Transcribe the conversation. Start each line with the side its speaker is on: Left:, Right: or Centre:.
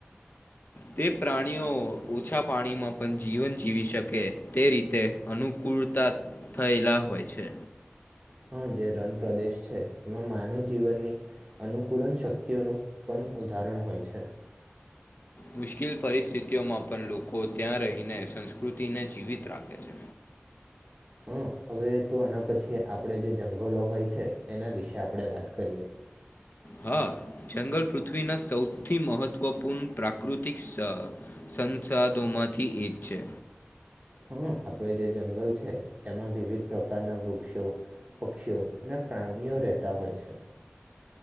Left: તે પ્રાણીઓ ઓછા પાણીમાં પણ જીવન જીવી શકે તે રીતે અનુકૂળ પૂરતા થયેલા હોય છે
Right: હા જે રણ પ્રદેશ છે એમાં માનવ જીવનની અનુકૂલન શક્તિઓનું પણ ઉદાહરણ હોય છે
Left: મુશ્કેલ પરિસ્થિતિઓમાં પણ લોકો ત્યાં રહીને સંસ્કૃતિને જીવિત રાખે છે
Right: હમ હોઈ તે એના પછી આપણે જે જંગલો હોય છે એના વિશે આપણેે વાત કરીએ
Left: હા જંગલ પૃથ્વીના સૌથી મહત્વપૂર્ણ પ્રાકૃતિક સંસાદોમાંથી એક છે
Right: હા આપડ જે જંગલ છે એમાં વિવિધ પ્રકારના વૃક્ષો પક્ષીઓ અને પ્રાણીણીઓ રહેતા હોય છે